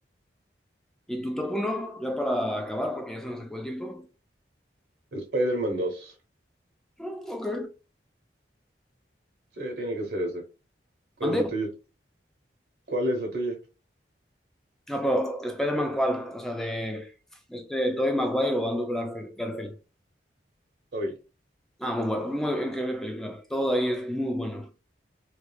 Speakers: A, in the centre; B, on the right.
A: ¿Y tu top uno Ya para acabar, porque ya se nos sacó el tiempo.
B: Spider-Man 2.
A: Ah, ok.
B: Sí, tiene que ser ese. ¿Cuál
A: ¿Mande?
B: es el tuyo? ¿Cuál es la tuya?
A: No, pero Spider-Man, ¿cuál? O sea, de este Tobey Maguire o Andrew Garfield. Garfield.
B: Toby.
A: Ah, muy bueno, muy increíble película. Todo ahí es muy bueno.